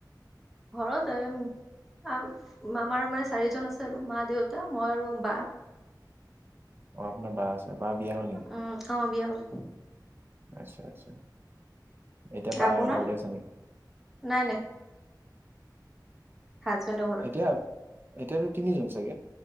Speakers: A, in the centre; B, on the right.
A: ঘৰতে এম আম আমাৰ মানে চাৰিজন আছে আৰু মা, দেউতা, মই আৰু বা।
B: অ, আপোনাৰ বা আছে। বা বিয়া হ'ল নেকি
A: উম, অ বিয়া হ'ল।
B: আচ্ছা, আচ্ছা। এতিয়া বা
A: আপোনাৰ
B: ঘৰতে আছে নেকি?
A: নাই নাই হাজবেণ্ডৰ ঘৰত।
B: এতিয়া এতিয়াতো তিনিজন চাগে?